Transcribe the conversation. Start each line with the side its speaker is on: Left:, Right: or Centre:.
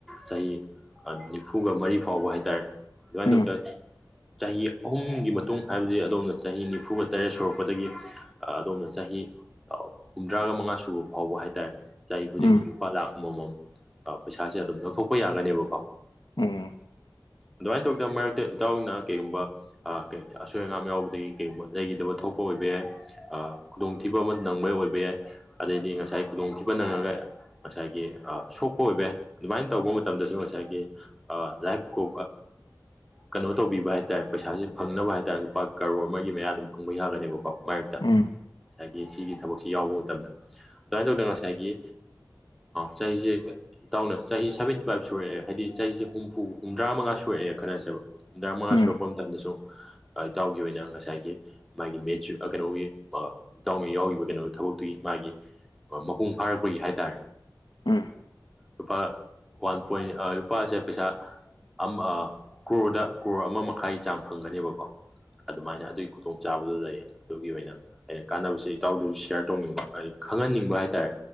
Centre: ꯆꯍꯤ ꯅꯤꯐꯨꯒ ꯃꯔꯤ ꯐꯥꯎꯕ ꯍꯥꯏꯇꯥꯔꯦ ꯑꯗꯨꯃꯥꯏꯅ ꯇꯧꯗ
Left: ꯎꯝ
Centre: ꯆꯍꯤ ꯑꯍꯨꯝꯒꯤ ꯃꯇꯨꯡ ꯍꯥꯏꯕꯗꯤ ꯑꯗꯣꯝꯅ ꯆꯍꯤ ꯅꯤꯐꯨꯒ ꯇꯔꯦꯠ ꯁꯨꯔꯛꯄꯗꯒꯤ ꯑꯗꯣꯝꯅ ꯆꯍꯤ ꯍꯨꯝꯗ꯭ꯔꯥꯒ ꯃꯉꯥ ꯁꯨꯕ ꯐꯥꯎꯕ ꯍꯥꯏꯇꯥꯔꯦ ꯆꯍꯤ ꯈꯨꯗꯤꯡꯒꯤ
Left: ꯎꯝ
Centre: ꯂꯨꯄꯥ ꯂꯥꯛ ꯑꯃꯃꯝ ꯄꯩꯁꯥꯁꯦ ꯑꯗꯨꯝ ꯂꯧꯊꯣꯛꯄ ꯌꯥꯒꯅꯦꯕꯀꯣ
Left: ꯎꯝ ꯎꯝ
Centre: ꯑꯗꯨꯃꯥꯏꯅ ꯇꯧꯗꯅ ꯃꯔꯛꯇ ꯏꯇꯥꯎꯅ ꯀꯩꯒꯨꯝꯕ ꯑꯁꯣꯏ ꯑꯉꯥꯝ ꯌꯥꯎꯕꯗꯒꯤ ꯀꯩꯒꯨꯝꯕ ꯂꯩꯈꯤꯗꯕ ꯊꯣꯛꯄ ꯑꯣꯏꯕ ꯌꯥꯏ ꯈꯨꯗꯣꯡꯊꯤꯕ ꯑꯃ ꯅꯪꯕ ꯑꯣꯏꯕ ꯌꯥꯏ ꯑꯗꯩꯗꯤ ꯉꯁꯥꯏ ꯈꯨꯗꯣꯡꯊꯤꯕ ꯅꯪꯉꯒ ꯉꯁꯥꯏꯒꯤ ꯑ ꯁꯣꯛꯄ ꯑꯣꯏꯕ ꯌꯥꯏ ꯑꯗꯨꯃꯥꯏꯅ ꯇꯧꯕ ꯃꯇꯝꯗꯁꯨ ꯉꯁꯥꯏꯒꯤ ꯂꯥꯏꯐꯀꯣ ꯀꯩꯅꯣ ꯇꯧꯕꯤꯕ ꯍꯥꯏꯇꯥꯔꯦ ꯄꯩꯁꯥꯁꯦ ꯐꯪꯅꯕ ꯍꯥꯏꯇꯥꯔꯦ ꯂꯨꯄꯥ ꯀꯔꯣꯔ ꯑꯃꯒꯤ ꯃꯌꯥ ꯑꯗꯨꯝ ꯐꯪꯕ ꯌꯥꯒꯅꯦꯕꯀꯣ ꯃꯔꯛꯇ
Left: ꯎꯝ ꯎꯝ
Centre: ꯉꯁꯥꯏꯒꯤ ꯁꯤꯒꯤ ꯊꯕꯛꯁꯤ ꯌꯥꯎꯕ ꯃꯇꯝꯗ ꯑꯗꯨꯃꯥꯏꯅ ꯇꯧꯗꯅ ꯉꯁꯥꯏꯒꯤ ꯆꯍꯤꯁꯦ ꯏꯇꯥꯎꯅ ꯆꯍꯤ ꯁꯚꯦꯟꯇꯤ ꯐꯥꯏꯚ ꯁꯨꯔꯛꯑꯦ ꯍꯥꯏꯗꯤ ꯆꯍꯤꯁꯦ ꯍꯨꯝꯐꯨ ꯍꯨꯝꯗ꯭ꯔꯥ ꯃꯉꯥ ꯁꯨꯔꯛꯑꯦ ꯈꯜꯂꯁꯦꯕ ꯍꯨꯝꯗ꯭ꯔꯥ
Left: ꯎꯝ
Centre: ꯃꯉꯥ ꯁꯨꯔꯛꯄ ꯃꯇꯝꯗꯁꯨ ꯢꯇꯧꯎ ꯒꯤ ꯑꯣꯏꯅ ꯉꯁꯥꯏꯒꯤ ꯃꯥꯒꯤ ꯃꯦꯆ ꯀꯩꯅꯣꯒꯤ ꯏꯇꯥꯎꯅ ꯌꯥꯎꯈꯤꯕ ꯀꯩꯅꯣ ꯊꯕꯛꯇꯨꯒꯤ ꯃꯥꯒꯤ ꯃꯄꯨꯡ ꯐꯥꯔꯛꯄꯒꯤ ꯍꯥꯏꯇꯥꯔꯦ
Left: ꯎꯝ
Centre: ꯂꯨꯄꯥ ꯋꯥꯟ ꯄꯣꯏꯟ ꯂꯨꯄꯥꯁꯦ ꯄꯩꯁꯥ ꯑꯃ ꯀ꯭ꯔꯣꯔꯗ ꯀ꯭ꯔꯣꯔ ꯑꯃ ꯃꯈꯥꯏ ꯆꯥꯡ ꯐꯪꯒꯅꯦꯕꯀꯣ ꯑꯗꯨꯃꯥꯏꯅ ꯑꯗꯨꯒꯤ ꯈꯨꯗꯣꯡꯆꯥꯕꯗꯨ ꯂꯩꯌꯦ ꯑꯗꯨꯒꯤ ꯑꯣꯏꯅ ꯑꯩꯅ ꯀꯥꯟꯅꯕꯁꯦ ꯏꯇꯥꯎꯗꯨꯁꯨ ꯁꯤꯌꯥꯔ ꯇꯧꯅꯤꯡꯕ ꯑꯩ ꯈꯪꯍꯟꯅꯤꯡꯕ ꯕ ꯍꯥꯏꯇꯥꯔꯦ